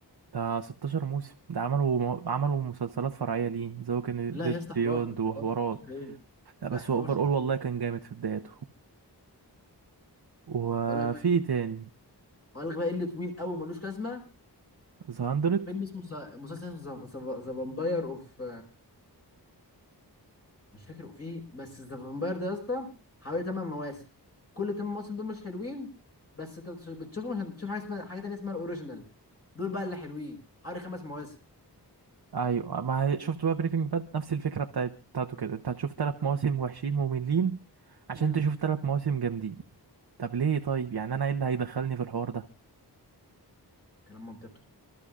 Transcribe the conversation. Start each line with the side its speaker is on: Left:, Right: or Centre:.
Right: ده 16 موسم ده عملوا عملوا مسلسلات فرعيه ليه زي كان
Left: لا
Right: ديد
Left: يا اسطى
Right: بيوند
Left: 11
Right: وحوارات
Left: 11 11 ايه
Right: لا
Left: لا
Right: بس
Left: 11
Right: هو اوفر اول والله كان جامد في بدايته وفي
Left: اقول لك بقى ايه
Right: إيه تاني
Left: اقول لك بقى ايه اللي طويل قوي ملوش لازمه
Right: ذا 100
Left: فيلم اسمه ذا- مسلسل اسمه ذا فامباير اوف مش فاكر في ايه بس ذا فامباير ده يا اسطى حوالي 8 مواسم كل 8 مواسم دول مش حلوين بس انت بتش- بتشوفهم عشان تشوف حاجه اسمها حاجه تانيه اسمها الاوريجينال دول بقى اللي حلوين حوالي خمس مواسم
Right: ايوه ما شفت بقى بريكنج باد نفس الفكره بتاعت بتاعته كده انت هتشوف ثلاث مواسم وحشين مملين عشان
Left: امم
Right: تشوف ثلاث مواسم جامدين طب ليه طيب يعني انا ايه اللي هيدخلني في الحوار ده
Left: كلام منطقي